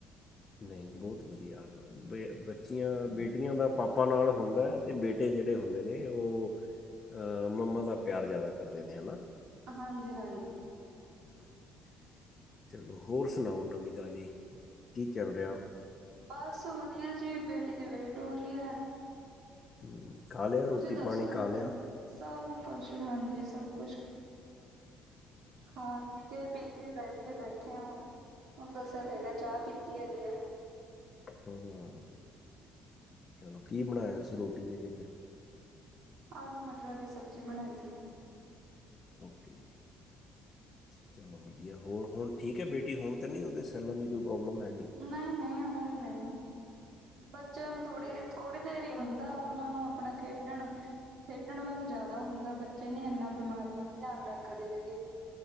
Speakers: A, on the left; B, on the right.
A: ਨਈ, ਬਹੁਤ ਵਦੀਆ ਬੇ, ਬੱਚੀਆਂ ਬੇਟੀਆਂ ਦਾ ਪਾਪਾ ਨਾਲ ਹੁੰਦੈ, ਤੇ ਬੇਟੇ ਜੇੜੇ ਹੁੰਦੇ ਨੇ, ਓ ਆ ਮੰਮਾ ਦਾ ਪਿਆਰ ਜਾਦਾ ਕਰਦੇ ਨੇ, ਹਨਾ।
B: ਹਾਂਜੀ-ਹਾਂਜੀ।
A: <inaudible> ਚਲੋ, ਹੋਰ ਸੁਨਾਓ ਨਵੀਂ-ਤਾਜ਼ੀ ਕੀ ਚੱਲ ਰਿਆ?
B: ਬਸ ਵਧੀਆ ਜੀ, ਬੇਟੀ ਦੀ ਵੇਟ ਹੋ ਰਹੀ ਐ।
A: ਹੂੰ, ਖਾ ਲਿਆ ਰੋਟੀ
B: ਦੱਸੋ
A: ਪਾਣੀ
B: ਇੱਧਰ?
A: ਖਾ ਲਿਆ?
B: ਸਭ ਕੁਛ ਹਾਂਜੀ, ਸਭ ਕੁਛ
A: ਅੱਛਾ।
B: ਖਾ ਕੇ, ਪੀ ਕੇ, ਬੈਡ ਤੇ ਬੈਠੇ ਆ ਹੁਨ ਤੁਹਾਨੂੰ ਦੱਸਿਆ ਤੇ ਹੈਗਾ, ਚਾਹ ਪੀਤੀ ਹੈਗੀ ਐ।
A: ਹੂੰ, ਚਲੋ ਕੀ ਬਨਾਇਆ ਸੀ ਰੋਟੀ ਦੇ ਵਿੱਚ?
B: ਆਲੂ ਮਟਰਾਂ ਦੀ ਸਬਜ਼ੀ ਬਣਾਈ ਸੀਗੀ।
A: ਓਕੇ। ਚਲੋ ਵਧੀਆ, ਹੋਰ ਹੁਨ ਠੀਕ ਐ ਬੇਟੀ ਹੁਨ ਤੇ ਨਹੀਂ ਓਹਦੇ ਸੈੱਲਾਂ ਦੀ ਕੋਈ ਪ੍ਰੋਬਲਮ ਹੈਗੀ?
B: ਨ‌ਈਂ-ਨ‌ਈਂ, ਹੁਣ ਨ‌ਈਂ ਆ। ਬੱਚਿਆਂ ਨੂੰ ਥੋੜੀ-ਥੋੜੀ ਦੇਰ ਈ ਹੁੰਦਾ ਐ, ਓਹਨਾਂ ਨੂੰ ਆਪਣਾ ਖੇਡ ਖੇਡਨ-ਖੇਡਨ ਵੱਲ ਜ਼ਿਆਦਾ ਹੁੰਦਾ ਬੱਚੇ ਨੀ ਇਨਾ ਬਿਮਾਰੀ ਵੱਲ ਧਿਆਨ ਰੱਖਦੇ ਹੈਗੇ।